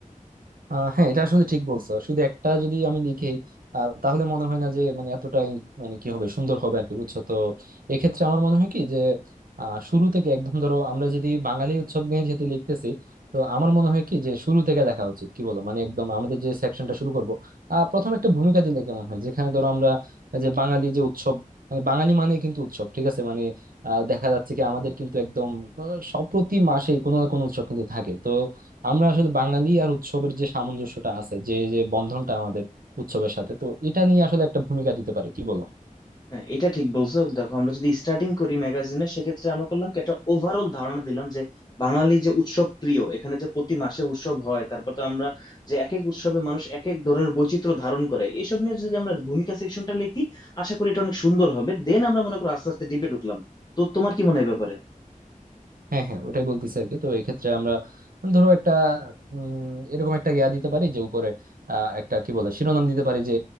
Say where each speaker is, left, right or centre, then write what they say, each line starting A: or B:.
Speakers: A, on the right; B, on the left.
A: আহ হ্যাঁ এটা আসলে ঠিক বলছো শুধু একটা যদি আমি লিখি আহ, তাহলে মনে হয় না যে মানে এতটাই মানে কি হবে সুন্দর হবে আর কি বুঝছো তো এক্ষেত্রে আমার মনে হয় কি যে আহ, শুরু থেকে একদম ধরো আমরা যদি বাঙালি উৎসব নিয়ে যেহেতু লিখতেছি তো আমার মনে হয় কি যে শুরু থেকে দেখা উচিত কি বলো মানে একদম আমাদের যে সেকশনটা শুরু করবো আহ প্রথম একটা ভূমিকা দিলে কেমন হয় যেখানে ধরো আমরা যে বাঙালি যে উৎসব মানে বাঙালি মানে কিন্তু উৎসব ঠিক আছে মানে আহ দেখা যাচ্ছে কি আমাদের কিন্তু একদম আহ, সব প্রতি মাসেই কোনো না কোনো উৎসব কিন্তু থাকে তো আমরা আসলে বাঙালি আর উৎসবের যে সামঞ্জস্যটা আছে যে যে বন্ধনটা আমাদের উৎসবের সাথে তো এটা নিয়ে আসলে একটা ভূমিকা দিতে পারে কি বলো
B: হ্যাঁ এটা ঠিক বলছো দেখো আমরা যদি স্টার্টিং করি ম্যাগাজিনে সেক্ষেত্রে আমরা করলাম কি একটা ওভারঅল ধারণা দিলাম যে বাঙালি যে উৎসব প্রিয় এখানে যে প্রতি মাসে উৎসব হয় তারপর তো আমরা যে এক এক উৎসবে মানুষ এক এক ধরনের বৈচিত্র্য ধারণ করে এইসব নিয়ে যদি আমরা ভূমিকা সেকশনটা লিখি আশা করি এটা অনেক সুন্দর হবে দেন আমরা মনে করো আস্তে আস্তে ডিপে ঢুকলাম তো তোমার কি মনে হয় এ ব্যাপারে
A: হ্যাঁ হ্যাঁ ওটাই বলতেছি আর কি তো এক্ষেত্রে আমরা ধরো একটা উম এরকম একটা ইয়া দিতে পারি যে উপরে আহ একটা কি বলে শিরোনাম দিতে পারি যে